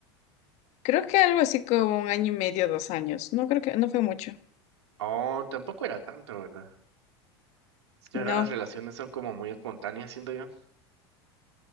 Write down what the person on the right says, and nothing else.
Oh, tampoco era tanto, ¿verdad? Es que
ahora las relaciones son como muy espontáneas, siento yo.